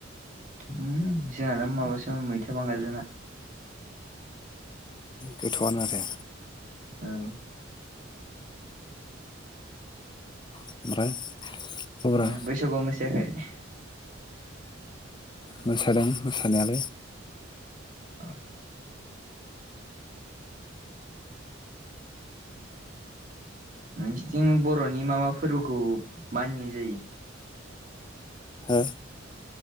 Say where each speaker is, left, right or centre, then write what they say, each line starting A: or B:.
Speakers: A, on the right; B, on the left.
A: जोंनालाय माबासोमोन मैथा बांगालजों ना।
B: गोथ'आनो माथो।
A: औ।
B: ओमफ्राय? खबरा
A: मा बैसागुआव मोसायाखै?
B: मोसादों मोसानायालाय।
A: ओ नोंसिनिथिं बर'नि मा मा फोरबोखौ मानिनाय जायो?
B: हो